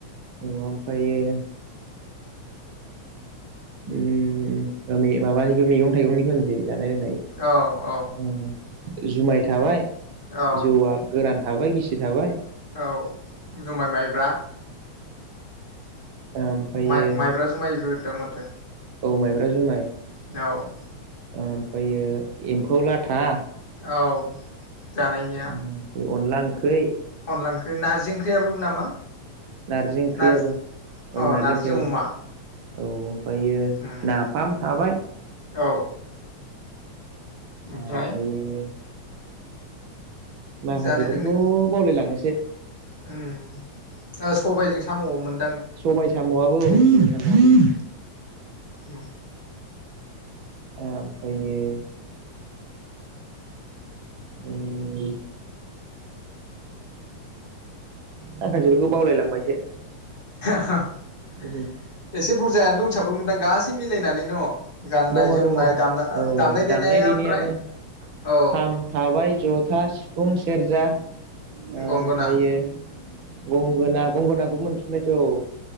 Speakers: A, on the right (about 65°); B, on the left (about 20°).
A: औ ओमफ्रायो। उम माने माबानिखो मेगं थाइगंनिखो होननोसै। जानाय लोंनाय
B: औ औ
A: उम। जुमाय थाबाय।
B: औ
A: जौ आ गोरान। थाबाय गिसि थाबाय
B: औ जुमाइ माइब्रा
A: ओमफायो
B: माइ माइब्रा जुमायबो दों माथो।
A: औ माइब्रा जुमाय।
B: औ।
A: ओमफ्रायो एम्फौ लाथा,
B: औ। जानायनिया।
A: ओमफ्राय अनला ओंख्रै,
B: अनला ओंख्रि, नारजि ओंख्रियाबो नामा?
A: नारजि ओंख्रियाबो
B: नार्जि औ
A: नारजि
B: नार्जिजों
A: ओंख्रियाबो
B: अमा।
A: औ औ। ओमफ्रायो
B: उम
A: नाफाम थाबाय
B: औ।
A: ओमफायो
B: ओमफ्राय
A: माखासेफोरखौ
B: जानाय लोंनाय
A: बावलायलाङोसो। <unintelligible>
B: उम, ओ सबायजों साम' मोन
A: सबाय साम'आबो <unintelligible>
B: उम।
A: ओमफ्रायो उम माखासेफोरखौ बावलायलांबायसो।
B: <inaudible>
A: <inaudible>
B: एसे बुरजायानो दंसाबो मोनदां गासै मिलायनानै न'? गाननाय
A: दङ
B: जोमनाय
A: दङ औ
B: दामना
A: दामनाय
B: देनाया
A: देनायाबो
B: ओमफ्राय औ
A: खाम थाबाय जथा सिफुं सेरजा ओ
B: गंगोना
A: ओमफ्रायो गंगोना गंगोनाखौ मोनफिनबायथ' औ।